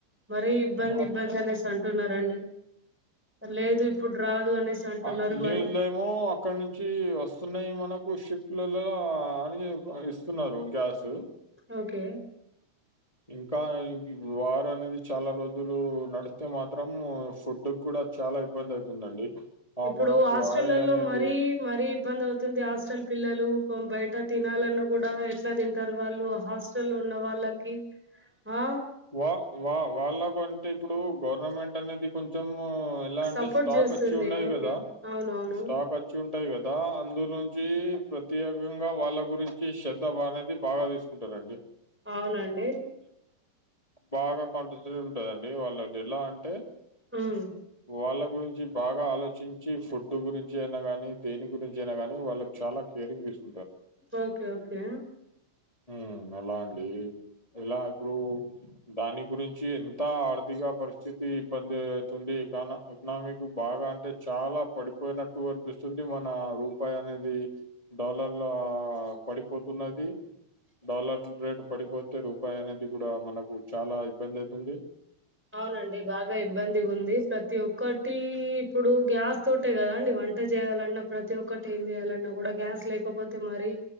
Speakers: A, in the centre; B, on the left.
A: మరీ ఇబ్బంది
B: ఆ!
A: ఇబ్బంది అనేసి అంటున్నారండి. లేదు ఇప్పుడు రాదు అనేసి అంటున్నారు
B: ఆఁ నీళ్ళేమో
A: మరి
B: అక్కడ నుంచి వస్తున్నాయి మన కు షిప్లలో అని ఇస్తున్నారు గ్యాస్.
A: ఓకే
B: ఇంకా వారు అనేది చాలా రోజులు నడిస్తే మాత్రం ఫుడ్ కూడ చాలా ఇబ్బంది అవుతుందండి ఆ
A: ఇప్పుడు
B: మనకు
A: హాస్టళ్లలో
B: ఆయిల్ అనేది
A: మరీ మరీ ఇబ్బంది అవుతుంది హాస్టల్ పిల్లలు బయట తినాలన్నా కూడా ఎట్లా తింటారు వాళ్ళు హాస్టల్ ఉన్న వాళ్ళకి ఆ
B: వా వా వాళ్ళకు అంటే ఇప్పుడు గవర్నమెంట్ అనేది కొంచెం మో ఎలా అంటే
A: సపోర్ట్
B: స్టాక్
A: చేస్తుంది
B: వచ్చి ఉన్నది
A: ఓకే
B: కదా
A: అవునవును
B: స్టాక్ వచ్చి ఉం టది కదా అందు నుంచి ప్రత్యేకంగా వాళ్ళ గురించి శ్రద్ధ అనేది బాగా తీసుకుంటరండి
A: అవున అండి
B: బాగా కొంటసీ ఉంటదండి వాళ్ళకి ఎట్లా అం టే
A: ఉమ్
B: వాళ్ళ గురించి బాగా ఆలోచించి, ఫుడ్ గురించి అయినా గానీ దేని గురించి అయినా గానీ వాళ్ళకి చాలా కేరింగ్ ఇస్తుం
A: ఓకే ఓకే
B: హ్మ్ అలా అండి ఎలా ఇప్పుడు దాని గురిం వచ్చి ఎంత ఆర్థిక పరిస్థితి ఇబ్బంది అయితుంది కనా ఎకనామిక్ బాగా అంటే చాలా పడిపోయినట్టు కనిపిస్తుంది మన రూపాయి అనేది డాలర్ల పడిపో పోతున్నది డాలర్ రేటు పడిపోతే రూపాయి అనేది కూడా దా మనకు చాలా ఇబ్బంది అయితుంది
A: అవునండి బాగా ఇబ్బంది ఉంది ప్రతి ఒక్కటి ఇప్పుడు గ్యాస్ తోటే కదాండి వంట చేయాలన్నా ప్రతి ఒక్కటి ఏం చేయాలన్నా కూడా గ్యాస్ లేకపోతే మరి